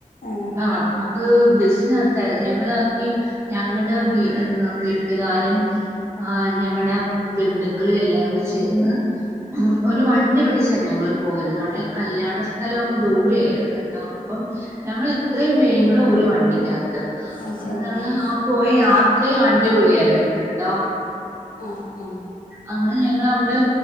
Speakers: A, on the left; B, on the right.
A: ആഹ്
B: അ അത് ബസ് ആ തര ഞങ്ങാണെങ്കിൽ ഞങ്ങളുടെ എ വീട്ടുകാരും ആ് ഞങ്ങളുടെ ബന്ധുക്കളും എല്ലാം കൂടെ ചേർന്ന് ഒരു വണ്ടി പിടിച്ചാ ഞങ്ങൾ പോയരുത് കാരണം ഈ കല്യാണ സ്ഥലം അങ്ങ് ദൂര ആായിരുന്നു കേട്ടോ അപ്പം ഞങ്ങ ഇത്രയും പേഴും കൂടെ ഒരു വണ്ടിക്ക അത്
A: അത്
B: അങ്ങനെ
A: ശരി
B: ഞങ്ങള്ൾ
A: ആഹ്
B: ആ പോയ യാത്രയും എപളിയായിരുന്നു കേട്ടോ
A: ആഹ ആഹ
B: അങ്ങനെ ഞങ്ങവിടെ